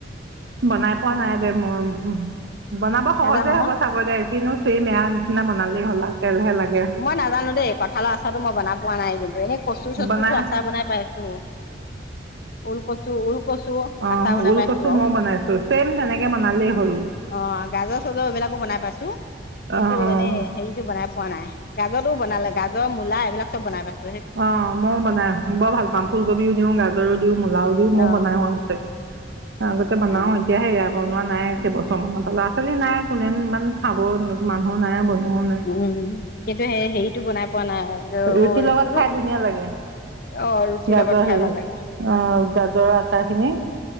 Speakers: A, on the right; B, on the left.
A: বনাই পোৱা নাই দে মই। বনাব সহজে
B: নাজান
A: হ'ব
B: ন
A: চাগৈ দেই। <unintelligible> নিচিনা বনালেই হ'ল ন। সেইয়েহে লাগে।
B: মই নাজানো দেই কঁঠালৰ আচাৰটো মই বনাই পোৱা নাই আজিলৈকে। এনেই কচু চচুটো
A: বনাই
B: আচাৰ বনাই পাইছো। ঊল কচু ওল কচু
A: অ
B: আচাৰ বনাই
A: ওলকচু
B: পাইছো বাৰু,
A: মইও বনাইছো চেম তেনেকে বনালেই হ'ল
B: অ গাজৰ চাজৰ এইবিলাকো বনাই পাইছো। <unintelligible>
A: অ
B: কিন্তু
A: অ
B: এনে হেৰিটো বনাই, <unintelligible> পোৱা নাই। গাজটো বনালে, গাজৰ মূলা এইবিলাক চব বনা পাইছোঁ।
A: অ মইও বনাই বৰ ভাল পাম ফুলকবিও দিও, গাজৰো দিওঁ, মূলাও দিও,
B: অ
A: মই বনাও আগতে। <unintelligible> আগতে বনাও,
B: অ
A: এতিয়াহে বনোৱা, নাই কেইবছৰমানত। ল'ৰা ছোৱালী নাই, কোনে ইমান খাব, মানুহো নাই বনোৱাও নাই।
B: উম কিন্তু সেই হেৰিটো বনাই পোৱা নাই
A: ৰুটিৰ
B: অ
A: লগত
B: এইটো
A: খাই ধুনীয়া লাগে।
B: অ ৰুটিৰ
A: গাজৰ
B: লগত খাই
A: হে
B: ভাল লাগে
A: অ গাজৰ আচাৰ খিনি,